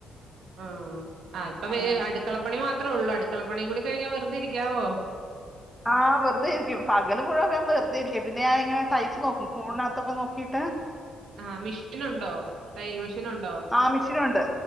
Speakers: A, on the right (about 70°); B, in the centre.
A: ആഹ് ആഹ് ഇപ്പൊ വേ
B: അങ്ങനെ
A: അടുക്കളപ്പണിമാത്രേ ഉള്ളൂ. അടുക്കളപ്പണി കൂടി കഴിഞ്ഞാൽ വെറുതെ ഇരിക്കാവോ?
B: ആഹ് വെർതെയിരിക്കും പകല മുഴുവൻ വെറുതെ ഇരിക്കും പിന്നെ ഞാനങ്ങനെ തയ്ച്ചു നോക്കും ഫോണിനകത്തൊക്കെ തോക്കീട്ട്
A: ആഹ് മിഷീൻ ഉണ്ടോ തയ്യൽ മെഷീൻ ഉണ്ടോ
B: ആഹ് മിഷിനുണ്ട്